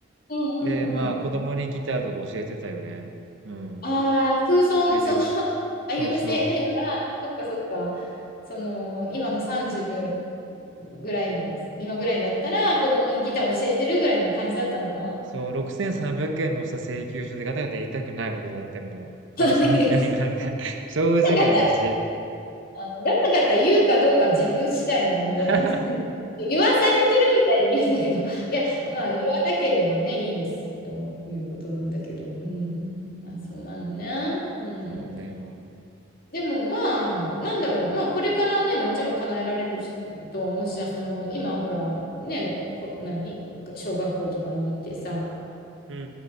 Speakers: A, on the left (about 50°); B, on the right (about 70°).
A: うんうん
B: で、まあ、子供にギターとか教えてたよね。うん。
A: ああ、空想のその
B: 夢では。
A: <laughs> 歩む青年は、
B: そうそう。
A: そっかそっか、その今の30ぐらい、今ぐらいだったら子供にギター教えてるぐらいの感じだったのか。
B: そう、6,300円のさ、請求書でガタガタ言いたくない僕だってもう、
A: <laughs>
B: この30にもなって、
A: いや
B: <laughs> 正直な話。
A: ガタガタ、あーガタガタ言うかどうかは自分次第なんで、
B: <laughs>
A: <laughs> 言わされてるみたいに言うんだけど、<laughs> いや、まあ言わなければね、いいですということなんだけど、うん、あ、そうなのね。うん
B: そうだよ。
A: でもまあ、なんだろう、まあこれからね、もちろん叶えられるしとは思うしさ、あその今ほら、ね、こ、何、小学校とかに行ってさ、
B: うんう